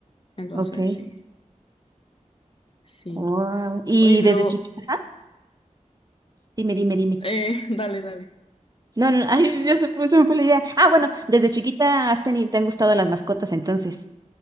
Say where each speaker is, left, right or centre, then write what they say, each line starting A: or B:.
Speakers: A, on the left; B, on the right.
A: Entonces,
B: Ok.
A: sí, sí.
B: Wow. Y
A: Oye, pero,
B: desde chiquita, ajá, Dime, dime, dime.
A: eh, <laughs> dale, dale.
B: No, no, <laughs> ay, ya se, me- se me fue la idea. Ah, bueno, desde chiquita has tenido, te han gustado las mascotas, entonces.